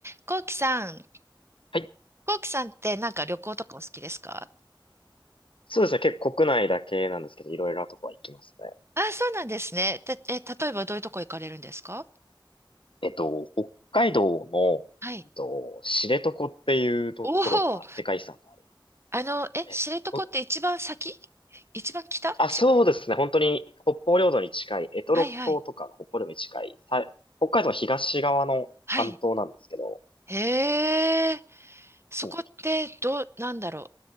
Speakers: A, on the right; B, on the left.
A: コウキさん、
B: はい。
A: コウキさんってなんか旅行とかお好きですか
B: そうですね。結構国内だけなんですけど、いろいろなとこは行きますね。
A: あ、そうなんですね。たえ、例えばどういうとこ行かれるんですか
B: えっと、北海道の、
A: はい。
B: えっと、知床っていうところが世界遺産のある
A: おお、あの、え、
B: で。
A: 知床って一番先
B: えお
A: 一番北ち、
B: あ、そうですね。本当に北方領土に近い、択捉島とかの北方領土に近い、
A: はいはい。
B: さ北海道の東側の半島なんですけど、
A: はい。へえ、そこってどう、
B: うん
A: なんだろ